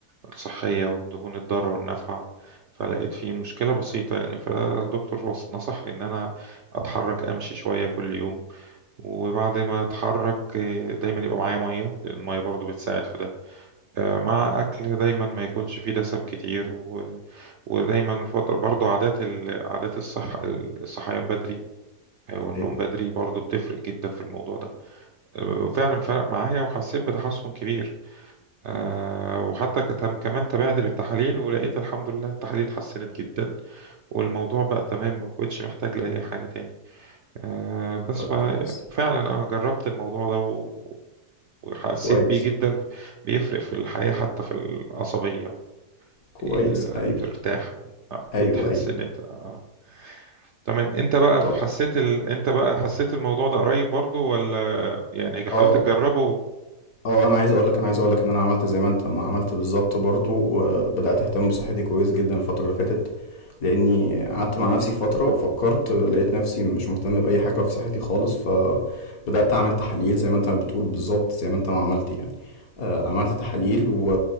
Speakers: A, on the right; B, on the left.
A: الصحيه والدهون الضاره والنافعه فلقيت في مشكله بسيطه يعني فالدكتور وص- نصحني ان انا اتحرك امشي شويه كل يوم وبعد ما اتحرك آه، دايما يبقى معايا ميه لان الميه برضو بتساعد في ده آه، مع أكل دايما ما يكونش فيه دسم كتير و... ودايما فضل برضو عادات ال... عادات الصح الصحيان بدري أو النوم
B: ايوه
A: بدري برضو بتفرق جدا في الموضوع ده آه، وفعلا فرق معايا وحسيت بتحسن كبير آه، وحتى كتم... كمان تابعت بالتحاليل ولقيت الحمد لله التحاليل اتحسنت جدا والموضوع بقى تمام ما كنتش محتاج لأي حاجة تاني آه، بس
B: طيب
A: ف...
B: كويس
A: فعلا أنا جربت الموضوع ده و... وحسيت
B: كويس
A: بيه جدا بيفرق في الحياة حتى في العصبية
B: كويس
A: آه،
B: ايوه
A: بترتاح آه،
B: ايوه
A: بتحس
B: ايوه
A: ان انت آه. آه. تمام انت بقى
B: طب
A: حسيت ال... انت بقى حسيت الموضوع ده قريب برضو ولا يعني
B: اه
A: حاولت تجربه
B: اه انا عايز اقول لك انا عايز اقول لك ان انا عملت زي ما انت ما عملت بالظبط برضو وبدأت اهتم بصحتي كويس جدا الفترة اللي فاتت لاني قعدت مع نفسي فترة وفكرت لقيت نفسي مش مهتم بأي حاجة في صحتي خالص ف بدأت أعمل تحاليل زي ما أنت بتقول بالظبط زي ما أنت ما عملت يعني آه، عملت تحاليل و...